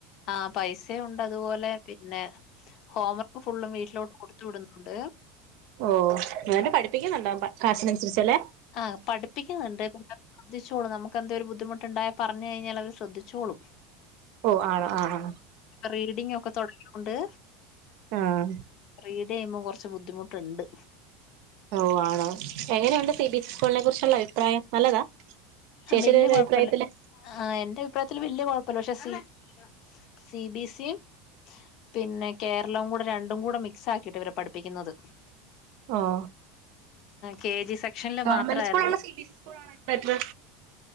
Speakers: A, on the left; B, on the right.
A: ആ പൈസുണ്ട് അതുപോലെ പിന്നെ ഹോംവർക്ക് ഫുള്ളും വീട്ടിലോട്ട് കൊടുത്തു വിടുന്നുണ്ട്.
B: ഓ നല്ലോണംപഠിപ്പിക്കുന്നുണ്ടും കാശിനനുസരിച്ചല്ലേ
A: ആഹ് പഠിപ്പിക്കുന്നുണ്ട്ന്നെ അവ ആ ആ പഠിപ്പിക്കുന്നുണ്ട് പിന്നെശ്രദ്ധിച്ചോളു നമുക്ക ഒരു ബുദ്ധിമുട്ടുണ്ടായ പറഞ്ഞു കഴിഞ്ഞാൽ പറഞ്ഞു കഴിഞ്ഞാലും അവര് ശ്രദ്ധിച്ചോളൂ
B: ഓ ആണോ ആ ആ
A: റീഡിംഗ ഒക്കെ തുടങ്ങൊണ്ട്
B: ആഹ
A: റീഡയുമ്പോൾ ചെയ്യുമ്പം കുറച്ച് ബുദ്ധിമുട്ടുണ്ട്
B: ഓ ആണോ എങ്ങനെയുണ്ട് സി ബി സ്കൂളിനെ കുറിച്ചുള്ള അഭിപ്രായം നല്ലതാ
A: ആ
B: ചേച്ചിയുടെ
A: വല്യ
B: ഒരു
A: കുഴപ്പല്ല
B: അഭിപ്രായത്തില്
A: ആ എന്റെ അഭിപ്രായത്തില് വല്യ കുഴപ്പല്ലോ <unintelligible> സി ബി സി പിന്നെ കേരളവും കൂടെ രണ്ടും കൂടെ മിക്സ് ആക്കിയിട്ട് ഇവരെ പഠിപ്പിക്കുന്നത്
B: ആഹ
A: കെ ജി സെക്ഷനിൽ
B: ഗവമെന്റ്
A: മാത്രായിരുന്നു.
B: സ്കൂള ആണോ സി ബി സ്കൂൾ ആണോറ്റ ബെറ്റർ